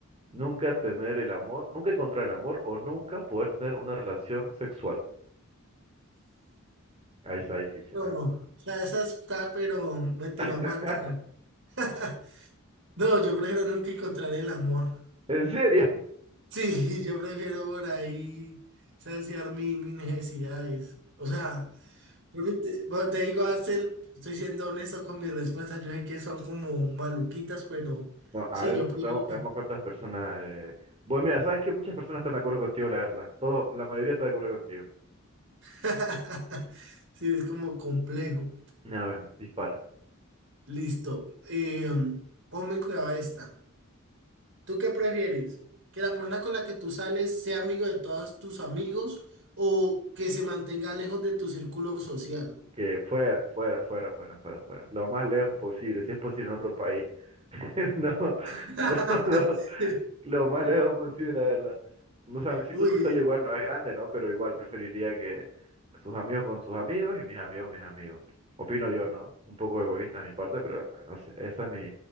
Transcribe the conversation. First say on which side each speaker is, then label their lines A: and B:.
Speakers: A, on the right; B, on the right.
A: Nunca tener el amor, nunca encontrar el amor o nunca poder tener una relación sexual. Ahí está difícil,
B: No,
A: ¿ah?
B: o sea, esa está, pero me tiró
A: <laughs>
B: a matar. <laughs> No, yo prefiero nunca encontrar el amor.
A: ¿En serio?
B: Sí, <laughs> yo prefiero por ahí saciar mi, mis necesidades. O sea, yo te, bueno, te digo, Axel, estoy siendo honesto con mis respuestas. Yo sé que son como maluquitas, pero
A: No,
B: sí,
A: a ver,
B: yo
A: ve-
B: prefiero.
A: veamos, veamos cuántas personas. eh, Bueno, mira, sabes que muchas personas están de acuerdo contigo, la verdad. Todo, la mayoría está de acuerdo contigo.
B: <laughs> Sí, es como complejo.
A: A ver, dispara.
B: Listo. Eh, ponme cuidado a esta. ¿Tú qué prefieres? ¿Que la persona con la que tú sales sea amigo de todos tus amigos o que se mantenga lejos de tu círculo social?
A: Que fuera, fuera, fuera, fuera, fuera, fuera. Lo más lejos posible, si es posible en otro país. <laughs> No,
B: <laughs>
A: no, no. Lo más lejos posible, la verdad. No, O sea, mi círculo
B: Uy,
A: social
B: eh,
A: igual no es grande, ¿no? Pero igual preferiría que sus amigos con sus amigos y mis amigos mis amigos. Opino yo, ¿no? Un poco egoísta de mi parte, pero eh, no sé, esa es mi,